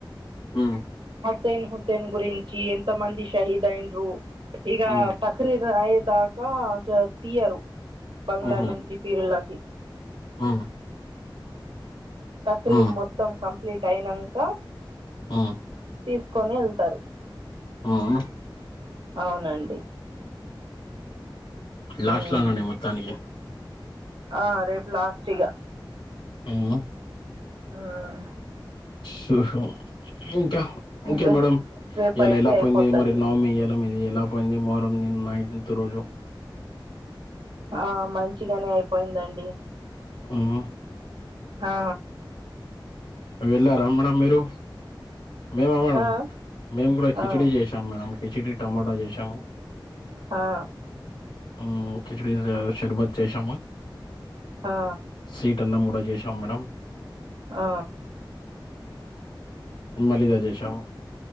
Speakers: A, on the left; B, on the right.
A: మ్
B: హసీన్ హుస్సేన్ గురించి ఎంత మంది షహీద్ అయిండ్రు ఇగా
A: ఆ
B: తక్రీద్ దాకా తీయరు బంగ్లా
A: ఆహా
B: నుంచి పీరిలకి
A: ఆ
B: తక్రీద్
A: ఆ
B: మొత్తం కంప్లీట్ అయినంక
A: ఆ
B: తీస్కొని ఎళ్తరు
A: ఆ అ
B: అవునండి
A: లాస్ట్‌లనే
B: ఉమ్
A: ఉన్నాట్ మొత్తానికి
B: ఆ రేప్ లాస్ట్ ఇగ
A: మ్
B: హ్మ్
A: షుషు ఇంక ఇంకే
B: రే
A: మేడం
B: రేపు
A: ఇలా
B: అయితే
A: ఎలా
B: అయిపోతది
A: పోయింది మరి
B: ఇగ
A: నామి ఎల మీది ఎలా పోయింది మొహరం నిన్న నైన్త్ రోజు
B: ఆ మంచిగనే అయిపోయిందండి
A: హ్మ్
B: హా
A: వెళ్లారా మేడం మీరు మేమా మేడం
B: ఆ
A: మేము గుడా కిచిడి
B: ఆ
A: చేశాం మేడం కిచిడి టమాటా చేశాము
B: హా
A: హ్మ్ కిచిడి షర్బత్ చేశామ
B: ఆ
A: సీ ట్ అన్నం గుడ చేశాం మేడం
B: ఆ
A: మ్ మళీదా చేశాము